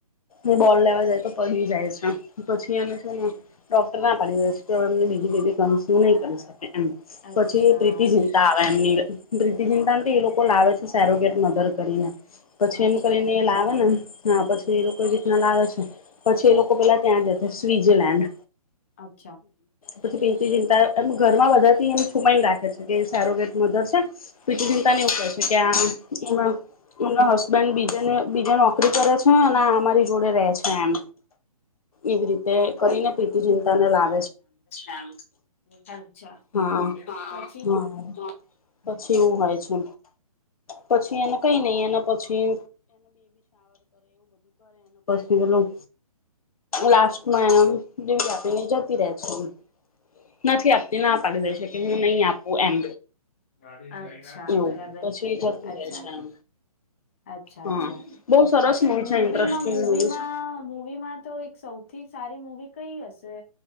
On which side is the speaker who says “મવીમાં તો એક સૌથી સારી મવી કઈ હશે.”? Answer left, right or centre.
Left